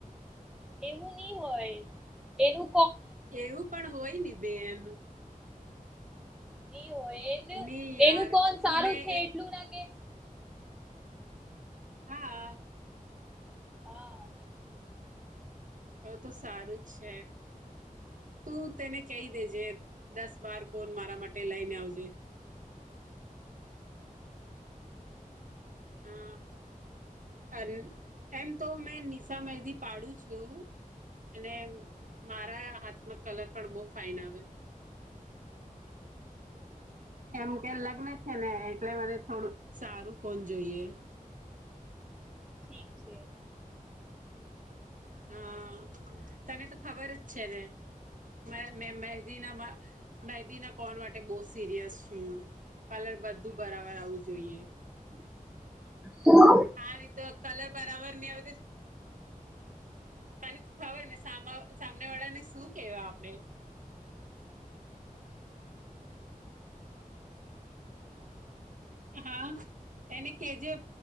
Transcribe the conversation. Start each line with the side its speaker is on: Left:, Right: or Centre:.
Centre: એવું ની હોય એનું
Right: એવું પણ હોય ને બેન.
Centre: ની હો એ
Right: નહી યાર
Centre: એનું કોન સારું
Right: મેં
Centre: છે
Right: એ
Centre: એટલું ના કે
Right: હા
Centre: હા
Right: હવ તો સારું જ છે તું તેને કહી દેજે દસ બાર કોન મારા માટે લઈને આવજે હા અને એમ તો મેં નિશા મહેંદી પાડું છું અને મારા હાથમાં કલર પણ બહુ ફાઇન આવે એમ કે લગ્ન છે ને એટલે મને થોડું સારું કોન જોઈએ
Centre: ઠીક છે
Right: હા તને તો ખબર જ છે ને મારા મેં મહેદીનામાં મહેંદી ના કોન માટે બહ સિરિયસ છું કલર બધું બરાબર આવું જોઈએ
Centre: હ
Right: હા તો કલર બરાબર ની હવે તને ખબર ને સામને વાળાને શું કે આપણે હા એને કેજે